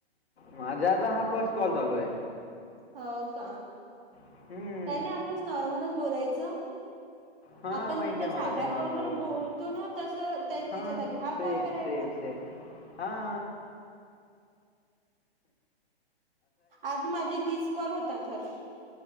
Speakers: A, on the left; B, on the right.
A: माझ्या आता हा फर्स्ट कॉल चालू आहे.
B: हो का.
A: हम्म.
B: काही नाही असंच नॉर्मलच बोलायचं.
A: ह हा
B: आपण
A: माहिती
B: जसं
A: आहे मला,
B: साध्या
A: ते नॉर्मल
B: कॉलवरून
A: बोलायच.
B: बोलतो ना तसं त्या
A: हा,
B: त्याच्या जागी
A: सेम
B: कॉल करायचा.
A: Same same. हा.
B: आज माझे तीस कॉल होतात हर्श.